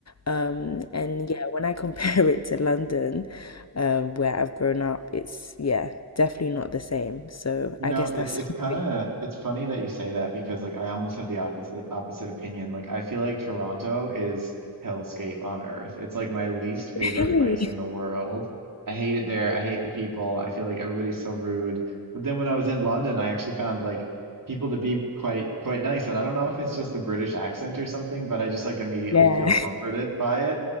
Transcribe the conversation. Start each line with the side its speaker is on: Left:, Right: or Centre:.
Left: Um and yeah, when I compare <laughs> it to London, um where I've grown up, it's yeah, definitely not the same. So
Right: You
Left: I
Right: know,
Left: guess
Right: it's
Left: that's
Right: it's
Left: <laughs> something.
Right: kind of it's funny that you say that because like I almost have the opposite opposite opinion. Like I feel like Toronto is hellscape on earth. It's like my least favorite
Left: Really?
Right: place in the world. I hate it there. I hate the people. I feel like everybody's so rude. But then when I was in London, I actually found like people to be quite quite nice. And I don't know if it's just the British accent or something, but I just like immediately
Left: Yeah.
Right: feel comforted by it